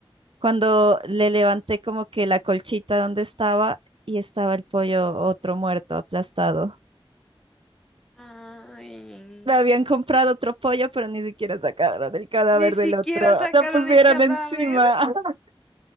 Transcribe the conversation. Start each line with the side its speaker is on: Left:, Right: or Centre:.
Right: Cuando le levanté como que la colchita donde estaba y estaba el pollo otro muerto, aplastado.
Centre: Ay,
Right: Me habían comprado otro pollo, pero ni siquiera sacaron el cadáver
Centre: ni siquiera
Right: del otro.
Centre: sacaron
Right: Lo pusieron
Centre: el cadáver.
Right: encima. <laughs>